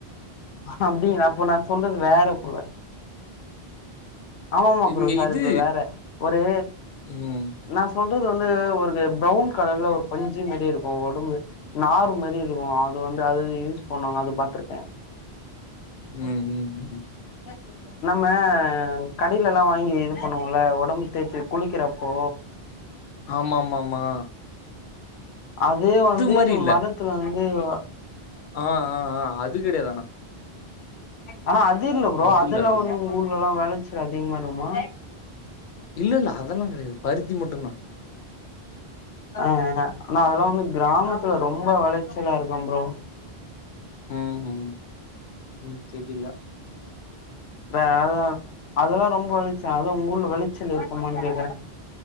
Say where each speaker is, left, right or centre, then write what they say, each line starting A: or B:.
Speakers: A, on the left; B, on the left.
A: அப்டிங்ளா அப்போ நா சொல்றது வேற போல. ஆமாமா
B: இங்க
A: ப்ரோ சாரி
B: இது
A: ப்ரோ வேற ஒரு
B: ம்.
A: நா சொல்றது வந்து ஒருக ப்ரவுன் கலர்ல ஒரு பஞ்சு மாரி இருக்கு ஒடம்பு நார் மாரி இருக்கு அது வந்து அது யூஸ் பண்ணுவாங்க அது பாத்துருக்கே. <inaudible>
B: ம், ம், ம்.
A: நம்ம கடையில எல்லா வாங்கி இது பண்ணுவோம்ல ஒடம்பு தேய்ச்சு குளிக்கிறப்போ
B: ஆமாமாம்மா
A: அதே வந்து
B: மாரி இல்ல.
A: மரத்துல வந்து வ
B: ஆ ஆ ஆ அது கிடையாது ஆனா
A: ஆனா அது இல்ல ப்ரோ
B: அது
A: அதெல்லா
B: இல்ல, அது
A: வந்து
B: இல்ல.
A: உங் ஊர்லெல்லா வெளைச்ச அதிகமா இருக்குமா
B: இல்ல இல்ல அதெல்லா கெடையாது பருத்தி மட்டும்தா
A: ஆ ஆ ஆனா அதெல்லா வந்து கிராமத்துல ரொம்ப வெளைச்சலா இருக்கு ப்ரோ
B: ம் ம் ம் தெரில
A: வே அத அதெல்லா ரொம்ப விளைச்ச அதா உங் ஊர்ல வெளச்சல் இருக்குமான்னு கேக்குறே